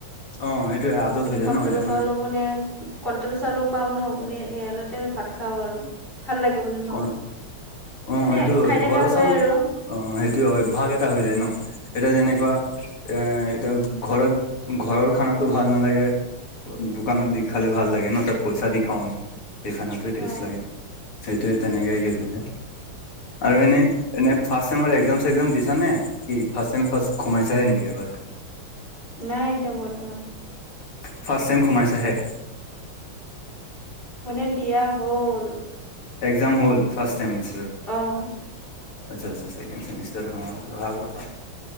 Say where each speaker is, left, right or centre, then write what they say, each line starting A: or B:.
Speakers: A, on the left; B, on the left.
A: অ সেইটোয়ে আদত
B: মানে
A: হৈ যায়
B: কণ্ট্ৰলৰ
A: ন এতিয়া
B: চাউলৰ মানে, কণ্ট্ৰলৰ চাউলো পাওঁ ন' মানে সে <unintelligible> ভাত খাওঁ আৰু। ভাল লাগে মানে ন',
A: ক অ
B: মানে
A: সেইটো হয়
B: খাই থাকা
A: ঘৰৰ
B: হয়
A: চাউল
B: আৰু।
A: অ', সেইটোৱে অভ্যাস এটা হৈ যায় ন, এতিয়া যেনেকুৱা এ, এতিয়া ঘৰত ঘৰৰ খানাটো ভাল নালাগে। দোকানত দি খালে ভাল লাগে ন, তাত পইচা দি খাওঁ আমি। সেই খানাটোৱে টেষ্ট
B: অ,
A: লাগে, সেইটোৱে তেনেকে <unintelligible> আৰু এনে, ইমান ৰ্ফাষ্ট ছেমৰ এক্সাম এক্সাম দিছা নে? কি ৰ্ফাষ্ট ছেম ৰ্ফাষ্ট সোমাইছাহে নেকি এইবাৰ?
B: নাই এতিয়া বৰ্তমান।
A: ৰ্ফাষ্টছেম সোমাইছেহে?
B: মানে দিয়া হ'ল।
A: এক্সাম হ'ল ফাৰ্ষ্টছেমিচ
B: অ',
A: আচ্ছা আচ্ছা, ছেকেণ্ড ছেমিষ্টাৰ অ, ল'ৰাবোৰ আ